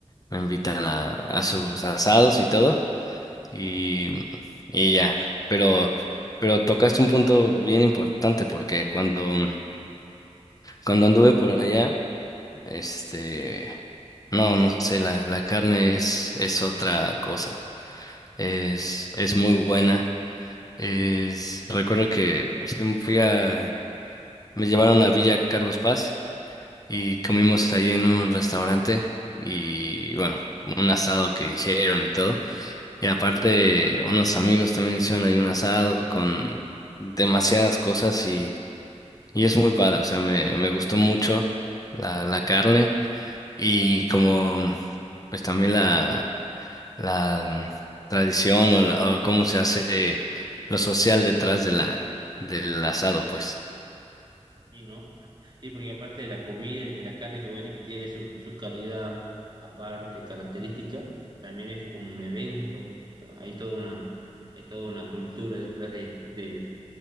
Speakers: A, on the left (about 30°); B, on the right (about 35°).
A: Me invitan a, a sus asados y todo. Y,
B: ¿Mm?
A: y ya. Pero, pero tocaste un punto bien importante porque cuando, cuando anduve por allá, este, no, no sé, la, la carne es, es otra cosa. Es, es muy buena. Es, recuerdo que fui, fui a, me llevaron a Villa Carlos Paz y comimos ahí en un restaurante y bueno, un asado que hicieron y todo. Y aparte, unos amigos también hicieron ahí un asado con demasiadas cosas y, y es muy padre. O sea, me, me gustó mucho la, la carne y como pues también la, la tradición o, la- o cómo se hace lo social detrás de la, del asado, pues.
B: Sí, ¿no? Sí, porque aparte de la comida y de la carne que vos decís que tiene su, su calidad aparte, característica, también es como un evento, hay toda una, hay toda una cultura detrás de, del